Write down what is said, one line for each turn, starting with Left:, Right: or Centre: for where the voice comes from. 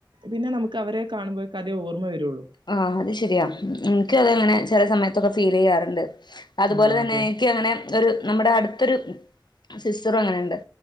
Right: പിന്നെ നമുക്ക് അവരെ കാണുമ്പോൾ അതേ ഓർമ്മ വരുള്ളൂ.
Left: ആഹ് അത് ശരിയാ എനിക്ക്‌ അതങ്ങനെ ചെല സമയത്തൊക്കെ ഫീൽ ചെയ്യാറുണ്ട് അതുപോലെ
Right: ആ
Left: തന്നെ
Right: അതെ
Left: ക്ക്‌ അങ്ങനെ ഒരു നമ്മുടെ അടുത്തൊരു സിസ്റ്ററും അങ്ങനെ ഇണ്ട്.